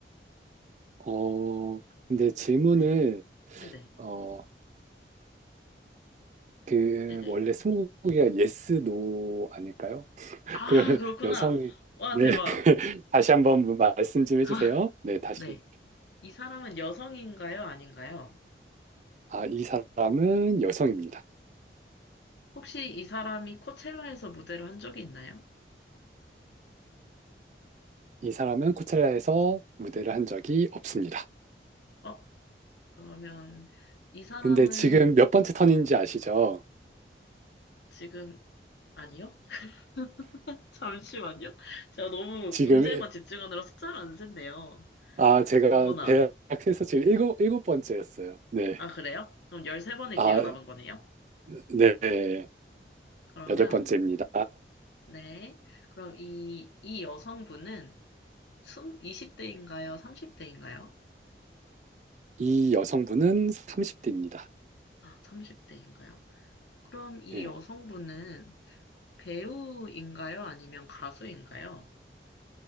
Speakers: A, on the right; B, on the left.
A: 어, 근데 질문을,
B: 네, 네네,
A: 어, 그,
B: 네네.
A: 원래 스무고개가 yes, no 아닐까요? <laughs>
B: 아,
A: 그러면
B: 그렇구나.
A: 여성이,
B: 와,
A: 네,
B: 대박.
A: <laughs> 다시 한번 말씀 좀 해주세요.
B: 아,
A: 네, 다시.
B: 네. 이 사람은 여성인가요? 아닌가요?
A: 아, 이 사람은 여성입니다.
B: 혹시 이 사람이 코첼라에서 무대를 한 적이 있나요?
A: 이 사람은 코첼라에서 무대를 한 적이 없습니다.
B: 어, 그러면 이 사람은
A: 근데 지금 몇 번째 턴인지 아시죠?
B: 지금 아니요? <laughs> 잠시만요. 제가 너무
A: 지금
B: 문제만 집중하느라 숫자를 안 셌네요.
A: 아, 제가
B: 어머나.
A: 대학에서 지금 일곱, 일곱 번째였어요. 네.
B: 아, 그래요? 그럼 13번의
A: 아,
B: 기회가 남은 거네요?
A: 네.
B: 그러면,
A: 여덟 번째입니다.
B: 네. 그럼 이, 이 여성분은 20대인가요? 30대인가요?
A: 이 여성분은 30대입니다.
B: 30대인가요? 그럼 이
A: 네.
B: 여성분은 배우인가요? 아니면 가수인가요?